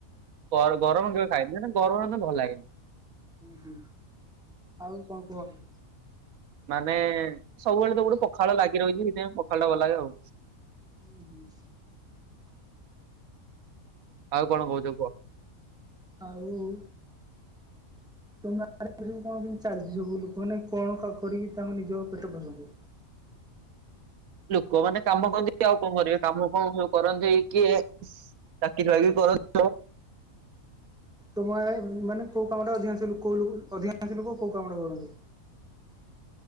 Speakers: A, on the right; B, in the centre.
A: ଗରମ ଗରମ ମୁଁ କେବେ ଖାଏନି। ନାଇ ନାଇ ଗରମ ନା ଭଲ ଲାଗେନି।
B: ହୁଁ ଆଉ କଣ କୁହ?
A: ମାନେ-ଏ-ଏ ସବୁବେଳେ ତ ଗୋଟେ ପଖାଳ ଲାଗି ରହିଛି ସେଥିପାଇଁ ପଖାଳ ଟା ଭଲ ଲାଗେ ଆଉ।
B: ହୁଁ ହୁଁ,
A: ଆଉ କଣ କହୁଛ କୁହ?
B: ଆଉ-ଉ-ଉ, ତମ ଆ ଆଡେ ସବୁ କଣ କେମିତି ଚାଲିଛି ସବୁ ଲୋକ ମାନେ କଣ କରିକି ତାଙ୍କ ନିଜ ପେଟ ପୋଷନ୍ତି?
A: ଲୋକମାନେ କାମ କରନ୍ତି ଆଉ କଣ କରିବେ। କାମଫାମ ସବୁ କରନ୍ତି କିଏ ସ ଚାକିରୀ ବାକିରୀ କର <inaudible>
B: ତୁମ ଆଡେ ମାନେ କୋଉ କାମଟା ଅଧିକାଂଶ ଲୋକ ଓ ଅଧିକାଂଶ ଲୋକ କୋଉ କାମଟା କରନ୍ତି?